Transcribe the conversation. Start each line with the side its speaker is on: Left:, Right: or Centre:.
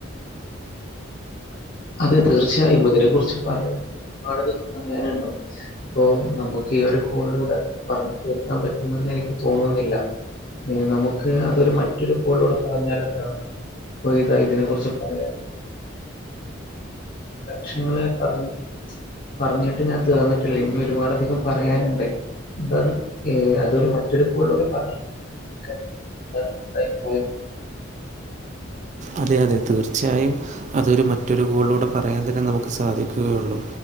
Left: അതെ തീർച്ചയായും ഇതിനെ കുറിച്ച് പറയാ ഒരുപാട് അധികം പറയാനുണ്ടാകും ഉണ്ടാവും അപ്പോ നമുക്ക് ഈ ഒരു കോളിലൂടെ പറഞ്ഞു തീർക്കാൻ പറ്റുമെന്ന് എനിക്ക് തോന്നുന്നില്ല ഏ നമുക്ക് അതൊരു മറ്റൊരു കോളിലൂടെ പറഞ്ഞാൽ എന്താ <unintelligible> ഇതിനെ കുറിച്ച് പറ വഷങ്ങള് പറഞ്ഞഞ് <unintelligible> പറഞ്ഞിട്ടെ ഞാൻ തീർന്നിട്ടില്ല ഇനി ഒരുപാടധികം പറയാനുണ്ട് എന്താ ഏ അതൊരു മറ്റൊരു കോളിലൂടെ പറഞ്ഞ <unintelligible> പ്പോയി
Right: അതെ അതെ തീർച്ചയായും അതൊരു മറ്റൊരു കോളിലൂടെ പറയാൻ തന്നെ നമുക്ക് സാധിക്കുകയുള്ളു